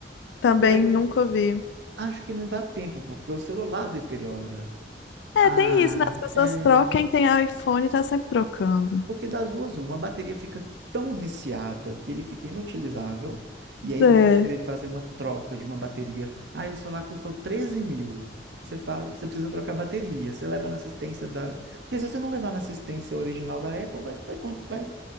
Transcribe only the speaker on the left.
Também
nunca vi.
É,
tem isso, né? As pessoas
trocam, quem tem iPhone tá sempre trocando.
É,